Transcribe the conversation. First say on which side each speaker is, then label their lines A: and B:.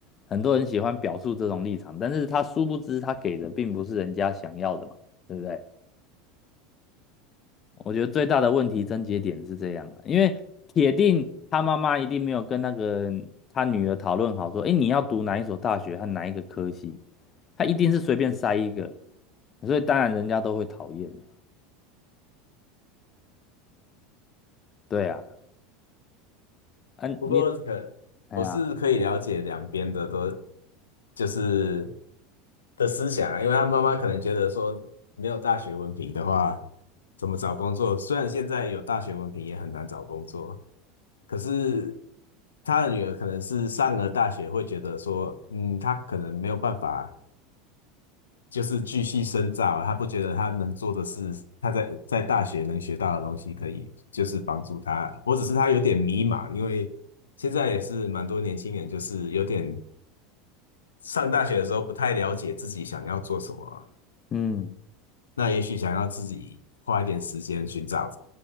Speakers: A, on the left (about 35°); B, on the left (about 85°).
A: 很多人喜欢表述这种立场，但是他殊不知他给的并不是人家想要的嘛，对不对？我觉得最大的问题症结点是这样的，因为铁定他妈妈一定没有跟那个他女儿讨论好说，诶，你要读哪一所大学和哪一个科系，他一定是随便塞一个，所以当然人家都会讨厌嘛。对啊，啊你，
B: 不过可我是可以了解两边的都
A: 哎呀，
B: 就是的思想啊，因为他妈妈可能觉得说没有大学文凭的话，怎么找工作？虽然现在有大学文凭也很难找工作，可是他的女儿可能是上了大学，会觉得说，嗯，他可能没有办法。就是继续深造啊，他不觉得他能做的事，他在在大学能学到的东西，可以就是帮助他，或者是他有点迷茫，因为现在也是蛮多年轻人，就是有点上大学的时候不太了解自己想要做什么啊，
A: 嗯，
B: 那也许想要自己花一点时间寻找